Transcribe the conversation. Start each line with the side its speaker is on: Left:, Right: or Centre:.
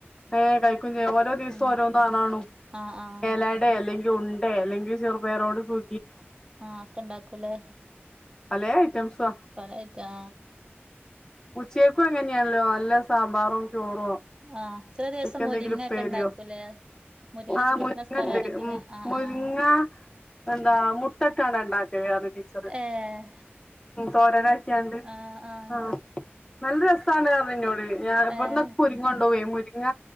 Left: ഏ കഴിക്കു ചെയ്യു ഓരോ ദിസ്
Right: ഉം
Left: പ്പോ ഓരോന്നാണാണു
Right: ആഹ് ആഹ്
Left: എലയടെ അല്ലെങ്കി ഉണ്ടെ അല്ലെങ്കി ചെറുപയറോട് സു
Right: ആ ഒക്കെ ഇണ്ടാക്കൂല്ലേ
Left: പലേ ഐറ്റംസാ
Right: പലയിറ്റാ
Left: ഉച്ചേക്കും അങ്ങനെയാല്ലോ നല്ല സാമ്പാറും ചോറോ
Right: ആഹ് ചില ദിവസം
Left: അയ്ക്കെന്തെങ്കിലും
Right: മുരിങ്ങൊക്കെ
Left: ഉപ്പേര്യോ
Right: ഉണ്ടാക്കൂലേ മുരിങ്ങൊക്കെ
Left: ആ
Right: കിട്ടുന്ന
Left: മുരിങ്ങണ്ട്
Right: സ്ഥലാണെങ്കില്
Left: ഉം
Right: ആഹ്
Left: മുരിങ്ങാ
Right: ആഹ്
Left: എന്താ മുട്ടട്ടാണ്ടാണ് ഇണ്ടാക്കല് റിം ടീച്ചറ്
Right: ഏഹ്
Left: തോരനാക്കിയാണ്ട്
Right: ആ ആ
Left: ആഹ് നല്ല രസാണ് പർഞ്ഞ് ഇന്നോട് ഞാൻ ഇവിട്ന്നൊക്കെ
Right: ഏഹ്
Left: മുരിങ്ങൊണ്ടോവേ മുരിങ്ങ